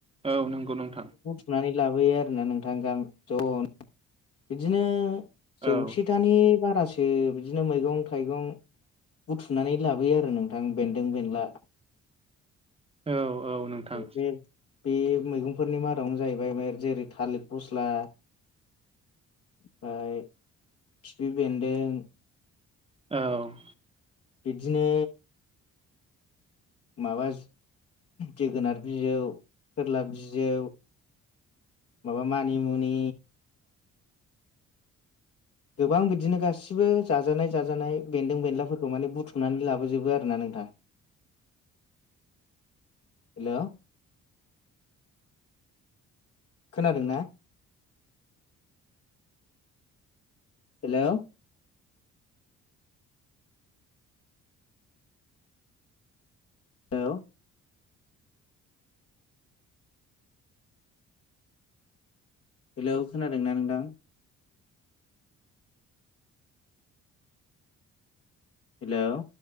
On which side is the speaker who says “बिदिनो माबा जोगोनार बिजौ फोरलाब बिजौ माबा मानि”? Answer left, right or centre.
Left